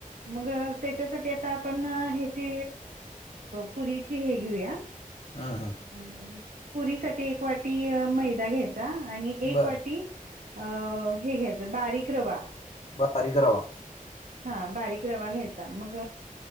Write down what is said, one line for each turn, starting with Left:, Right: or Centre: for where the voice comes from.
Right: मग त्याच्यासाठी- ते आता आपण ह्याची पुरीची हे घेऊया.
Left: हा हा.
Right: अ पुरी साठी एक वाटी मैदा घ्यायचा आणि एक
Left: बरं.
Right: वाटी- अ हे घ्यायचं बारीक रवा.
Left: बारीक रवा.
Right: हा बारीक रवा घ्यायचा मग